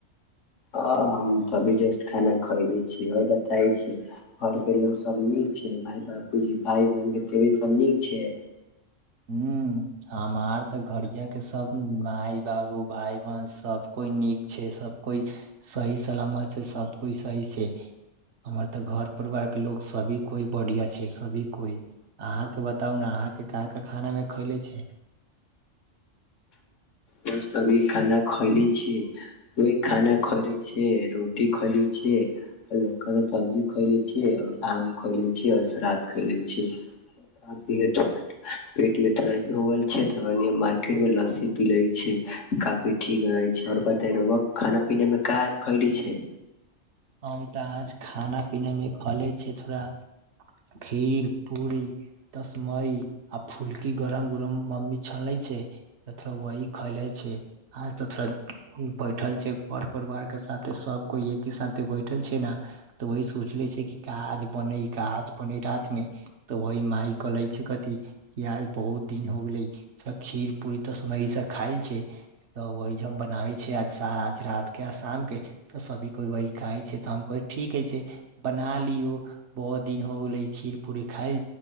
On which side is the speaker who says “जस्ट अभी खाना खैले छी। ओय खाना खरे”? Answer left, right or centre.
Left